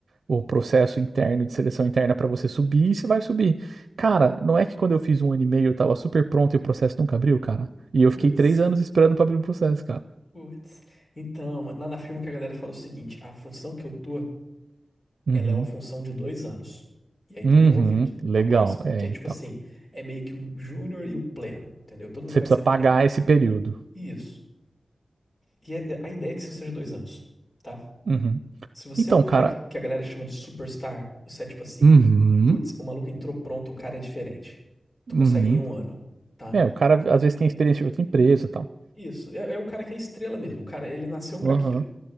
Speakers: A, on the right (about 80°); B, on the left (about 35°).
A: o processo interno de seleção interna pra você subir e você vai subir. Cara, não é que quando eu fiz um ano e meio eu tava super pronto e o processo nunca abriu, cara? E eu
B: Putz,
A: fiquei três anos esperando pra abrir o processo, cara.
B: putz. Então, lá na firma o que a galera fala é o seguinte: a função que eu tô,
A: Uhum.
B: ela é uma função de dois anos. E aí
A: Uhum,
B: tu é promovido
A: legal.
B: pra próxima.
A: É,
B: Que é
A: então.
B: tipo assim: é meio que o júnior e o pleno, entendeu? Todo mundo
A: Você
B: vai
A: precisa
B: ser
A: pagar
B: pleno.
A: esse período.
B: Isso. E é- é- a ideia é que isso seja dois anos, tá?
A: Uhum.
B: Se você
A: Então,
B: é o cara
A: cara.
B: que que a galera chama de superstar, você é tipo assim,
A: Uhum,
B: putz, o maluco entrou pronto, o cara é diferente. Tu
A: uhum.
B: consegue em um ano, tá?
A: É, o cara às vezes tem experiência de outra empresa e tal.
B: Isso, é, é o cara que é estrela mesmo, o cara, ele nasceu pra
A: Uhum.
B: aquilo.